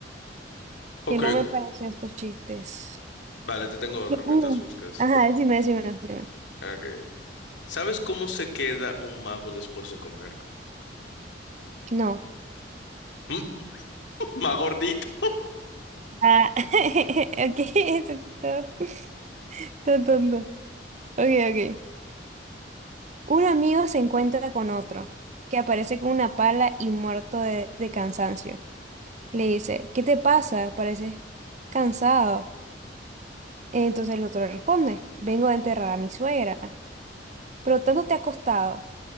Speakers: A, on the left (about 75°); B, on the right (about 40°).
A: Ok,
B: que no me parecen estos chistes.
A: Vale, te tengo otro
B: <laughs>
A: mientras buscas.
B: Uh, Ajá, decime, decime, decime.
A: Ok. ¿Sabes cómo se queda un mago después de comer?
B: No.
A: ¿Mm? <laughs> ¿Más gordito?
B: Ah, <laughs> ok, esto sí está- está tonto. Ok, ok. Un amigo se encuentra con otro, que aparece con una pala y muerto de, de cansancio. Le dice, ¿qué te pasa? Pareces cansado. Entonces el otro le responde, vengo a enterrar a mi suegra, pero tanto te ha costado,